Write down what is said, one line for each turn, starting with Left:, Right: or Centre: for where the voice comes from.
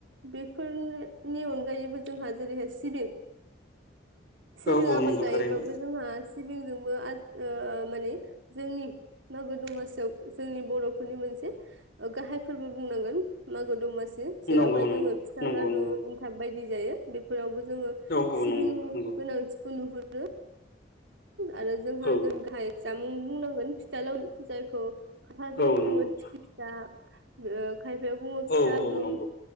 Right: बेफोरनि नि अन गायैबो जोंहा जेरैहाय सिबिं सिबिं
Left: औ औ
Right: आबाद
Left: नंगौ
Right: गायोबाबो
Left: थारैनो
Right: जोंहा सिबिंजोंबो आज ओ माने जोंनि मागो दमासि जोंनि बर'फोरनि मोनसे गाहाय फोरबो बुंनांगोन मागो दमासि जेरावहाय
Left: नंगौ नंगौ
Right: जोङो फिसा
Left: नंगौ
Right: लारु
Left: नंगौ
Right: एनथाब बायदि जायो बेफोरावबो जोङो
Left: औ औ
Right: सिबिं
Left: नंगौ नंगौ
Right: गोनांथिखौ नुहुरो। आरो जोंहा
Left: औ
Right: जों गाहाय जामुं बुंनांगोन फिथा लावदुम जायखौ खायफा जायगायाव
Left: औ
Right: बुंङो
Left: नंगौ
Right: थिख्लि फिथा ओ खायफाया बुंङो फिथा
Left: औ
Right: लाउदुम
Left: औ नंगौ